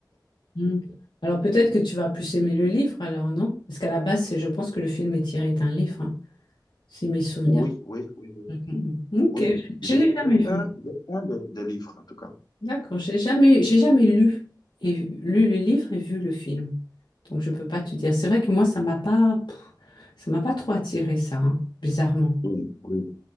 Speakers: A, on the left (about 85°); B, on the left (about 65°).
A: Mm. Alors peut-être que tu vas plus aimer le livre alors, non? Parce qu'à la base, c'est- je pense que le film est tiré d'un livre, hein, si mes souvenirs.
B: Oui, oui, oui. oui.
A: Mm, mm. Ok,
B: Oui,
A: je
B: j'ai
A: l'ai
B: j'ai
A: jamais vu.
B: un, j'ai un des, des livres, en tout cas.
A: D'accord, j'ai jamais, j'ai jamais lu et lu le livre et vu le film. Donc je peux pas te dire. C'est vrai que moi, ça m'a pas, pff, ça m'a pas trop attiré ça, hein, bizarrement.
B: Oui, oui,